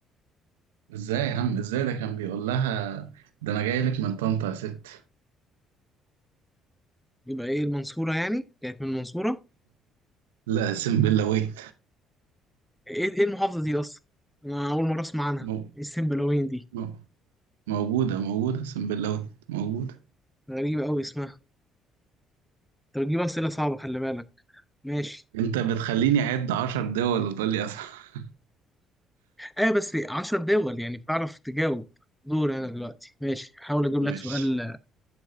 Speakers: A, on the right; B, in the centre.
A: ازاي يا عم ازاي ده كان بيقول لها ده انا جاي لك من طنطا يا ست
B: يبقى ايه المنصورة يعني كانت من المنصورة
A: لا سنبلاوية
B: ايه ايه المحافظة دي اصلا انا اول مرة اسمع عنها
A: مو...
B: ايه السنبلاوين دي
A: مو... موجودة موجودة سنبلاوية موجودة
B: غريبة قوي اسمها انت بتجيب اسئلة صعبة خلي بالك ماشي
A: انت بتخليني اعد عشر دول وتقول لي أصح. <laughs>
B: ايوه بس 10 دول يعني بتعرف تجاوب دور انا دلوقتي ماشي هحاول اجيب
A: ماشي
B: لك سؤال